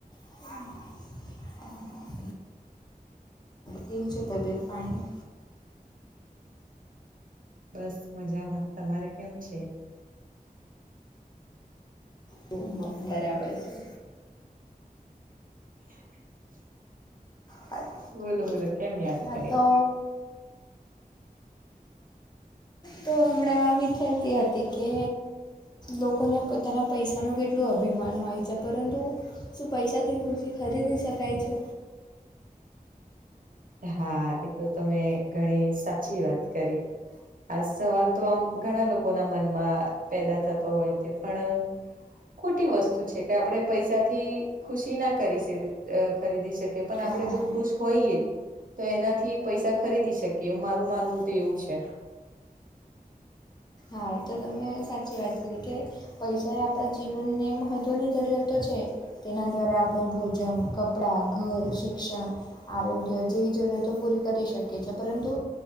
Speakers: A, on the left (about 25°); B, on the right (about 60°).
A: હ હ. કેવી છે તબિયત પાણી?
B: બસ મજામાં તમારે કેમ છે?
A: તો બરાબર છે.
B: <inaudible>
A: હા
B: બોલો બોલો કેમ યાદ
A: હા,
B: કર્યા?
A: તો તો હમણા વિચારતી હતી કે લોકોને પોતાના પૈસાનું કેટલું અભિમાન હોય છે પરંતુ શું પૈસાથી ખુશી ખરીદી શકાય છે?
B: હા એ તો તમે ઘણી સાચી વાત કરી. આ સવાલ તો આમ ઘણા લોકોના મનમાં પેદા થતો હોય તે પણ ખોટી વસ્તુ છે કે આપણે પૈસાથી ખુશી ના કરીશ ખરીદી શકીએ પણ આપણે
A: હા
B: જો ખુશ હોઈએ. તો એનાથી પૈસા ખરીદી શકીએ મારું માનવું તો એવું છે.
A: હા એ તો તમે સાચી વાત કરી કે પૈસા એ આપણા જીવનને મહત્વની જરૂરિયાત તો છે. તેના દ્વારા આપણે ભોજન, કપડાં, ઘર, શિક્ષણ આરોગ્ય જેવી જરૂરિયાતો પૂરી કરી શકે છે પરંતુ